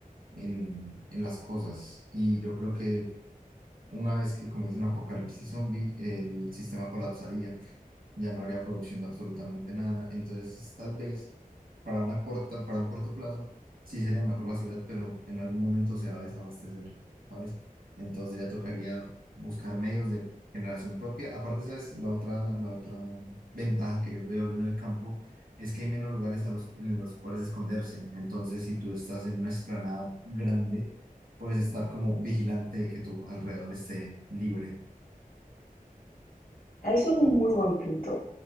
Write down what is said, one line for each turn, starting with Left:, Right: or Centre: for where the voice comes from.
Right: en, en las cosas. Y yo creo que una vez que comience un apocalipsis zombie, el sistema colapsaría ya no habría producción de absolutamente nada. Entonces, tal vez para una corta, para un corto plazo, sí sería mejor la ciudad, pero en algún momento se va a desabastecer, ¿sabes? Entonces ya tocaría buscar medios de generación propia. Aparte, ¿sabes? La otra, la otra ventaja que yo veo en el campo es que hay menos lugares a los, en los cuales esconderse. Entonces, si tú estás en una explanada grande, puedes estar como vigilante de que tu alrededor esté libre.
Left: Eso es un muy buen punto.